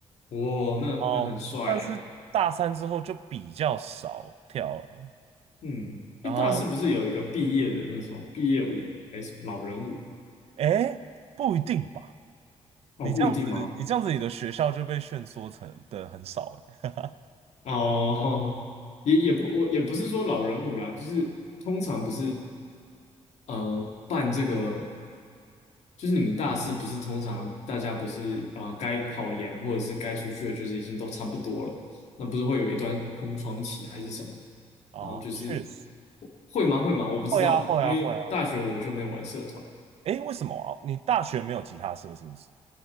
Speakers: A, on the left (about 70°); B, on the right (about 60°).
A: 哇哦，那那很帅耶。
B: 然后，但是大三之后就比较少跳了。
A: 嗯，
B: 然后，
A: 哎，大四不是有一个毕业的那种毕业舞，还是老人舞？
B: 哎，不一定吧？
A: 哦，
B: 你这样子，
A: 不一定吗？
B: 你这样子，你的学校就被限缩成的很少诶。
A: 哦，也也不我也不是说老人舞啦，就是通常不是呃办这个就是你们大四不是通常大家不是啊、呃该考研或者是该出去的，就是已经都差不多了，那不是会有一段空窗期还是什么的？
B: 哦，
A: 然后就是
B: 确实，
A: 会吗？会吗？我不知道了，
B: 会啊，会啊，
A: 因为大学我就没有玩社团，
B: 会啊。哎，为什么啊？你大学没有吉他社是不是？